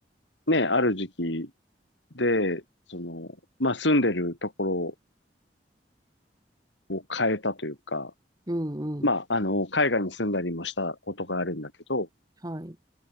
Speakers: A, on the left (about 85°); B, on the right (about 20°).
A: ね、ある時期で、その、まあ、住んでるところを変えたというか、
B: うんうん。
A: まあ、あの、海外に住んだりもしたことがあるんだけど、
B: はい。